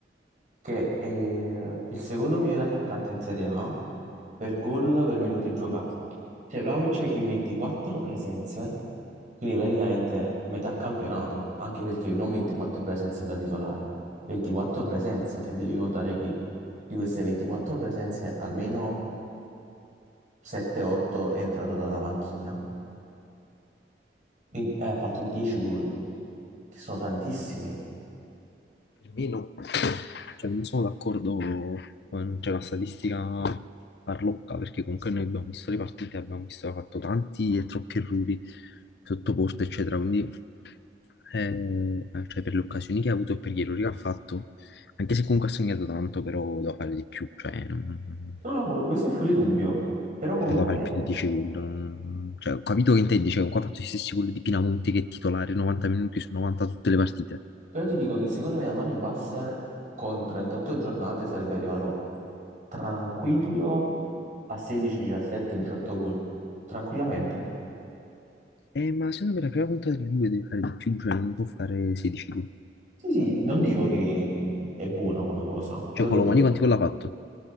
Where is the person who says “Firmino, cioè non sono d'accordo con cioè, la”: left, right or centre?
Left